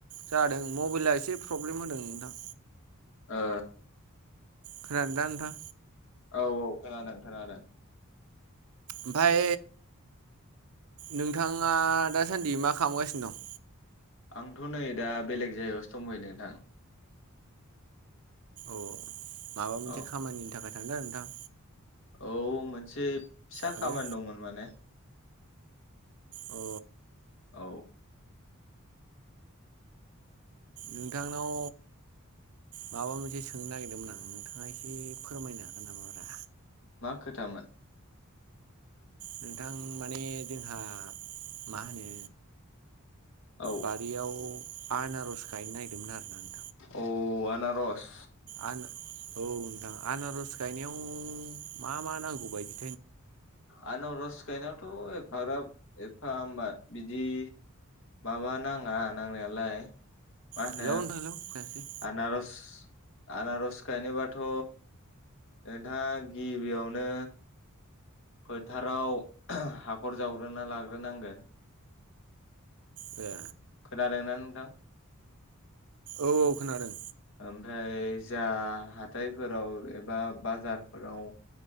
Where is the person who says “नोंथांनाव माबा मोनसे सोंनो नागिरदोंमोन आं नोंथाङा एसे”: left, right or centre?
Right